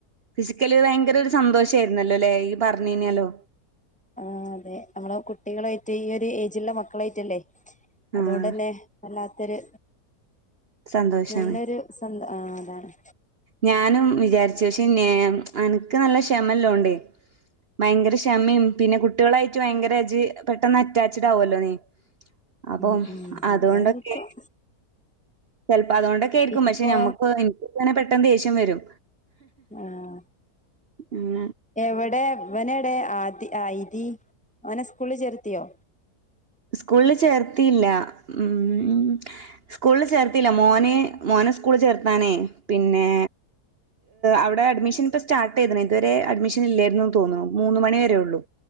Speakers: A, on the right (about 45°); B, in the centre.
A: ഫിസിക്കലി ഭയങ്കര ഒരു സന്തോഷ ആയിരുന്നല്ലോ അല്ലേ ഈ പറഞ്ഞീനല്ലോ
B: ആഹ അതെ നമ്മള് കുട്ടികളായിട്ട് ഈ ഒരു ഏജിലുള്ള മക്കളായിട്ടല്ലേ അതുകൊണ്ടന്നെ
A: ആഹ്
B: വല്ലാത്തൊരു
A: സന്തോഷാണ്
B: നല്ലൊരു സന്ത ആഹ അതാണ്
A: ഞാനും വിചാരിച്ചു പക്ഷെ അനക്ക് നല്ല ക്ഷമല്ലോണ്ടേ ഭയങ്കര ക്ഷമയും പിന്നെ കുട്ടികളായിട്ട് ഭയങ്കര ഇജ് പെട്ടെന്ന് അറ്റാച്ചഡ് ആവല്ലോ നീ അപ്പ
B: ഉം ഉം
A: അതുകൊണ്ടൊക്കെ
B: അതായിരിക്കും
A: ചിലപ്പോ അതുകൊണ്ടൊക്കെ ആയിരിക്കും പക്ഷെ
B: ഇപ്പൊ
A: നമ്മക്ക് എനിക്ക് തനെ പെട്ടെന്ന് ദേഷ്യം വരും.
B: ആഹ്
A: ഉം
B: എവിടെ അവനടെ ആതി ആയ്തി അവനെ സ്കൂളിൽ ചേർത്തിയോ.
A: സ്കൂളിൽ ചേർത്തിയില്ല ഉം സ്കൂളിൽ ചേർത്തില്ല മോന് മോനെ സ്കൂളിൽ ചേർത്താനേ പിന്നെ അവിടെ അഡ്മിഷൻ ഇപ്പ സ്റ്റർട്ട് ചെയ്തത് ഇതുവരെ അഡ്മിഷൻ ഇല്ലായിരുന്നു തോന്നുന്നു മൂന്ന് മണി വരെ ഉള്ളൂ.